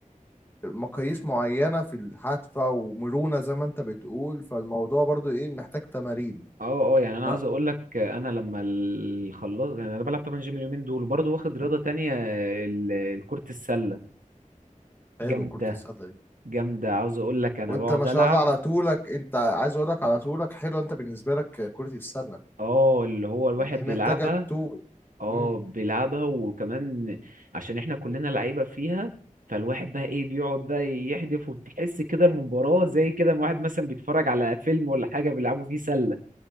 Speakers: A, on the left (about 15°); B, on the right (about 80°).
A: مقاييس معينه في الحادفه ومرونه زي ما انت بتقول فالموضوع برضو ايه محتاج تمارين
B: اه اه يعني انا
A: انا
B: عاوز اقول لك انا لما ال- خلصت يعني انا بلعب طبعا جيم اليومين دول وبرضه واخد رياضه
A: <clears throat>
B: تانية ال- كرة السله
A: حلو
B: جامده
A: كرة السله دي
B: جامده عاوز اقول لك انا
A: وانت
B: بقعد
A: ما شاء
B: العب
A: الله على طولك انت عايز اقول لك على طولك حلو انت بالنسبه لك كره السله
B: اه اللي هو الواحد
A: لان هي
B: بيلعبها
A: محتاجه طول
B: اه
A: امم
B: بيلعبها وكمان عشان احنا كلنا لعيبه فيها فالواحد بقى ايه بيقعد بقى يحدف وبتحس كده المباراه زي كده ما واحد مثلا بيتفرج على فيلم ولا حاجه بيلعبوا فيه سله